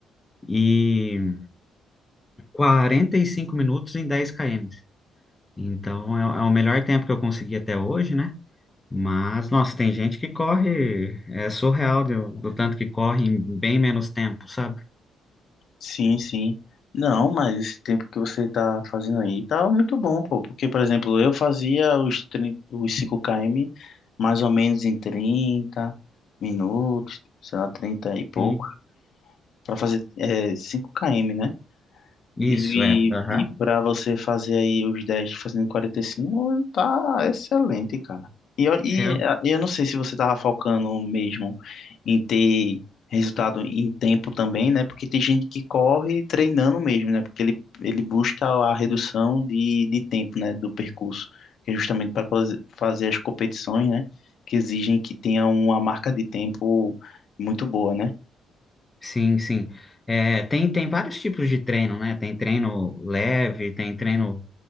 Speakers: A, on the left; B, on the left.
A: E 45 minutos em dez km. Então, é, é o melhor tempo que eu consegui até hoje, né? Mas, nossa, tem gente que corre, é surreal do, do tanto que corre em bem menos tempo, sabe?
B: Sim, sim. Não, mas esse tempo que você tá fazendo aí tava muito bom, pô. Porque, por exemplo, eu fazia os, 30, os 5 km mais ou menos em 30 minutos, sei lá, 30 e pouco,
A: Sim.
B: pra fazer é, 5 km, né?
A: Isso,
B: E,
A: é. Aham.
B: e para você fazer aí os 10 fazendo 45 tá excelente, cara. E, eu- e
A: É,
B: eh, eu não sei se você tava focando mesmo em ter resultado em tempo também, né? Porque tem gente que corre treinando mesmo, né? Porque ele, ele busca a redução de, de tempo, né? Do percurso, que é justamente para fazer as competições, né? Que exigem que tenha uma marca de tempo muito boa, né?
A: Sim, sim. É, tem, tem vários tipos de treino, né? Tem treino leve, tem treino